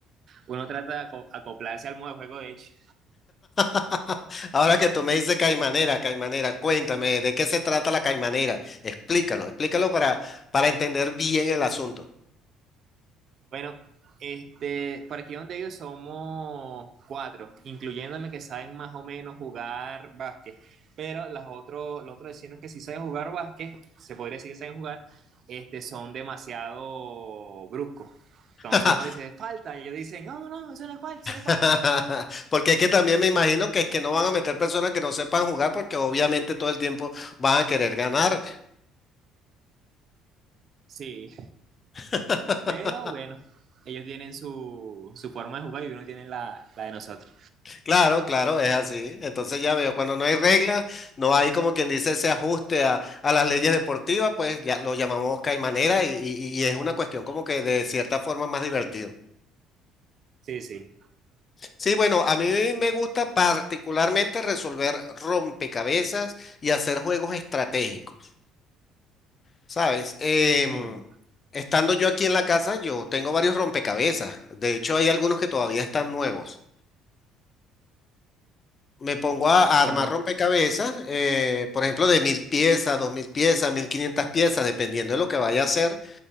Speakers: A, on the right; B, on the left.
A: uno trata de aco- acoplarse al modo de juego de hecho.
B: <laughs> Ahora que tú me dices caimanera, caimanera, cuéntame, ¿de qué se trata la caimanera? Explícalo, explícalo para, para entender bien el asunto.
A: Bueno, este, por aquí donde yo somos cuatro, incluyéndome que saben más o menos jugar básquet, pero las otros, los otros vecinos que sí saben jugar básquet, se podría decir que saben jugar, este, son demasiado bruscos. Entonces
B: <laughs>
A: uno le dice, falta, y ellos dicen, no, no, no, eso no es falta, eso no es falta.
B: <laughs> Porque es que también me imagino que es que no van a meter personas que no sepan jugar porque obviamente todo el tiempo van a querer ganar.
A: Sí,
B: <laughs>
A: pero bueno, ellos tienen su, su forma de jugar y uno tiene la, la de nosotros.
B: Claro, claro, es así. Entonces ya veo, cuando no hay reglas, no hay como quien dice ese ajuste a, a las leyes deportivas, pues ya lo llamamos caimanera y, y, y es una cuestión como que de cierta forma más divertido.
A: Sí, sí.
B: Sí, bueno, a mí me gusta particularmente resolver rompecabezas y hacer juegos estratégicos. Sabes, Em,
A: Mm,
B: estando yo aquí en la casa, yo tengo varios rompecabezas. De hecho, hay algunos que todavía están nuevos. Me pongo a, a
A: como,
B: armar rompecabezas, eh, por ejemplo, de mil piezas, dos mil piezas, mil quinientas piezas, dependiendo de lo que vaya a hacer,